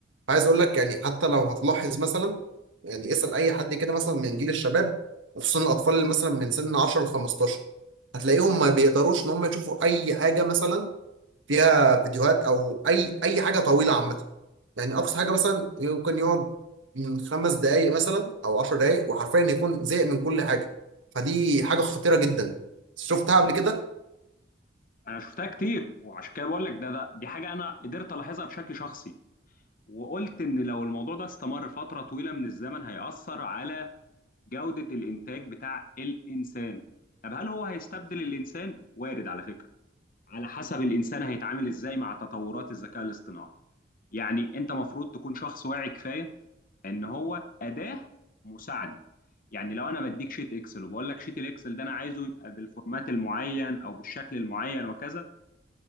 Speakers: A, on the right; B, on the left.
A: عايز اقول لك يعني حتى لو هتلاحظ مثلا يعني اسال اي حد كده مثلا من جيل الشباب وخصوصا الاطفال اللي مثلا من سن 10 ل 15 هتلاقيهم ما بيقدروش ان هم يشوفوا اي حاجه مثلا فيها فيديوهات او اي اي حاجه طويله عامه يعني اقصى حاجه مثلا ممكن يقعد من خمس دقائق مثلا او عشر دقائق وحرفيا يكون زهق من كل حاجه فدي حاجه خطيره جدا شفتها قبل كده
B: انا شفتها كتير وعشان كده بقول لك ده ده دي حاجه انا قدرت الاحظها بشكل شخصي وقلت ان لو الموضوع ده استمر فتره طويله من الزمن هيأثر على جوده الانتاج بتاع الانسان طب هل هو هيستبدل الانسان وارد على فكره على حسب الانسان هيتعامل ازاي مع تطورات الذكاء الاصطناعي يعني انت مفروض تكون شخص واعي كفايه ان هو اداه مساعده يعني لو انا بديك شيت اكسل وبقول لك شيت الاكسل ده انا عايزه يبقى بالفورمات المعين او بالشكل المعين وكذا